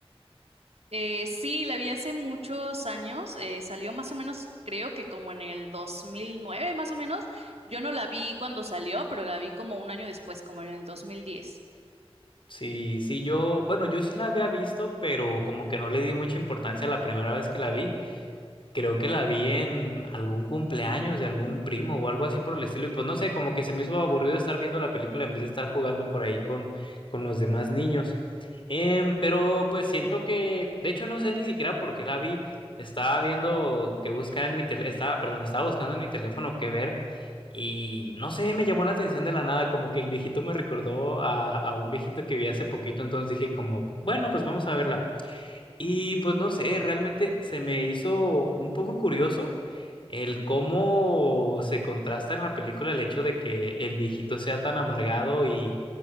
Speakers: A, on the right; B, on the left.
A: Eh, sí, la vi hace muchos años. eh, salió más o menos, creo que como en el 2009, más o menos. Yo no la vi cuando salió, pero la vi como un año después, como en el 2010.
B: Sí, sí, yo, bueno, yo sí la había visto, pero como que no le di mucha importancia la primera vez que la vi. Creo que la vi en algún cumpleaños de algún primo o algo así por el estilo. Y pues no sé, como que se me hizo aburrido estar viendo la película en vez de estar jugando por ahí con, con los demás niños. Em, pero pues siento que, de hecho, no sé ni siquiera por qué la vi. Estaba viendo que buscar en mi teléfono, estaba, perdón, estaba buscando en mi teléfono qué ver. Y no sé, me llamó la atención de la nada, como que el viejito me recordó a, a un viejito que vi hace poquito. Entonces dije como, bueno, pues vamos a verla. Y pues no sé, realmente se me hizo un poco curioso el cómo se contrasta en la película el hecho de que el viejito sea tan amargado y,